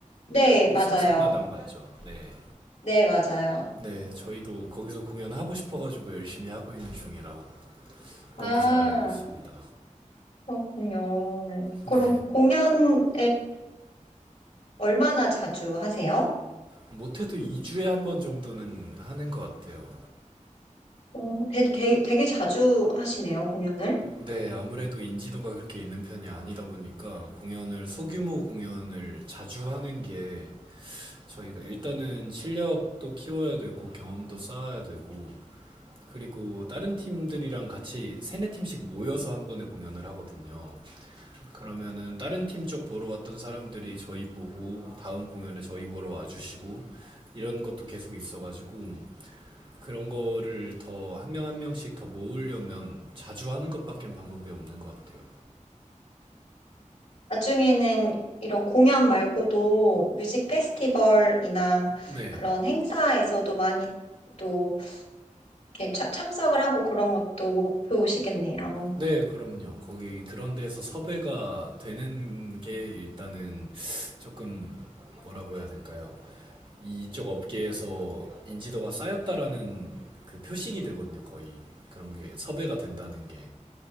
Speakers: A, on the left; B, on the right.
A: 네, 맞아요.
B: 상상마당 맞죠? 네.
A: 네, 맞아요.
B: 네, 저희도 거기서 공연하고 싶어가지고 열심히 하고 있는 중이라
A: 아,
B: 너무 잘 알고 있습니다.
A: 그렇군요.
B: 네.
A: 그럼 공연을 얼마나 자주 하세요?
B: 못해도 2주에 한 번 정도는 하는 것 같아요.
A: 어, 되, 게- 되게 자주 하시네요, 공연을.
B: 네, 아무래도 인지도가 그렇게 있는 편이 아니다 보니까 공연을, 소규모 공연을 자주 하는 게 저희가 일단은 실력도 키워야 되고 경험도 쌓아야 되고 그리고 다른 팀들이랑 같이 세네 팀씩 모여서 한 번에 공연을 하거든요. 그러면은 다른 팀 쪽 보러 왔던 사람들이 저희 보고 다음 공연에 저희 보러 와주시고 이런 것도 계속 있어가지고 그런 거를 더 한 명 한 명씩 더 모으려면 자주 하는 것밖엔 방법이 없는 것 같아요.
A: 나중에는 이런 공연 말고도 뮤직 페스티벌이나
B: 네.
A: 그런 행사에서도 많이 또 이렇게 참- 참석을 하고 그런 것도 목표시겠네요.
B: 네, 그럼요. 거기 그런 데서 섭외가 되는 게 일단은 조금 뭐라고 해야 될까요? 이쪽 업계에서 인지도가 쌓였다라는 그 표식이 되거든요, 거의. 그런 게 섭외가 된다는 게.